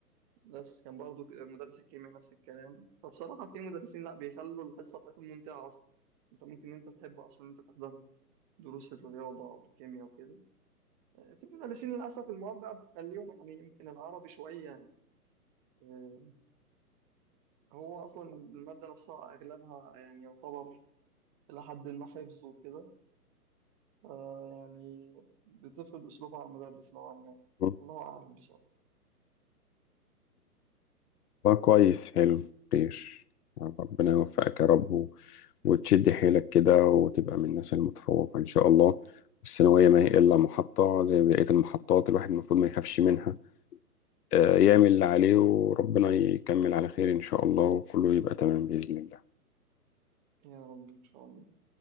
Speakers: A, on the right; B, on the left.
A: بس كان برضه مدرس الكيمياء نفس الكلام فبصراحه في مدرسين لا بيخلوا الحصه بتاعتهم ممتعه اصلا انت ممكن انت تحب اصلا انت تحضرها دروس الرياضة والكيمياء وكده آه، في مدرسين للأسف المواد بقى بتخليهم يعني يمكن العربي شوية آه، هو أصلا المادة نفسها أغلبها يعني يعتبر إلى حد ما حفظ وكده آه، يعني بتفرض أسلوبها على المدرس نوعا ما
B: مم.
A: الله أعلم بصراحة
B: والله كويس حلو خير ربنا يوفقك يا رب و... وتشد حيلك كده وتبقى من الناس المتفوقة إن شاء الله الثانوية ما هي إلا محطة زي بقية المحطات الواحد المفروض ما يخافش منها آه، يعمل اللي عليه وربنا يكمل على خير إن شاء الله وكله يبقى تمام بإذن الله
A: يا رب إن شاء الله